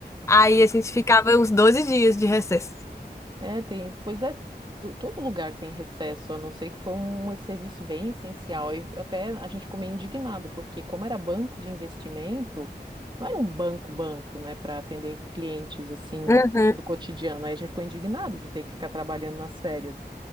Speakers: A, on the left; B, on the right.
A: Aí a gente ficava uns 12 dias de recesso.
B: É, é, tem. Pois é, to- todo lugar tem recesso, a não ser que foi um serviço bem essencial. E até a gente ficou meio indignado, porque como era banco de investimento, não era um banco banco, né, para atender clientes assim
A: Uhum.
B: do cotidiano. Aí a gente ficou indignado de ter que ficar trabalhando nas férias.